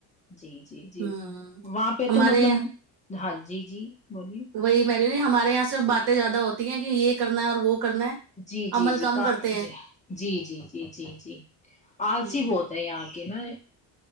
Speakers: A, on the left; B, on the right.
A: جی جی جی
B: ہوں
A: وہاں پہ
B: ہمارے
A: تو مطلب ہاں جی جی بولیے
B: وہی میڈی ہمارے یہاں صرف باتیں زیادہ ہوتی ہیں کہ یہ کرنا ہے اور وہ کرنا ہے
A: جی جی
B: عمل
A: جی
B: کم
A: جی
B: کرتے ہیں
A: جی جی جی جی جی آلسی
B: ہوں
A: بہت ہے یہاں کی نا